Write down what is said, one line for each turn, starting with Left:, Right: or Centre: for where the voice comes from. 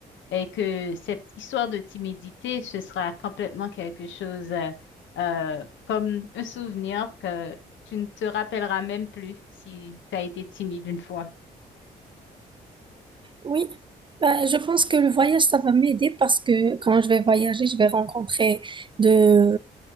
Left: et que cette histoire de timidité, ce sera complètement quelque chose euh, euh, comme un souvenir que tu ne te rappelleras même plus si tu as été timide une fois.
Right: Oui, bah, je pense que le voyage, ça va m'aider parce que quand je vais voyager, je vais rencontrer de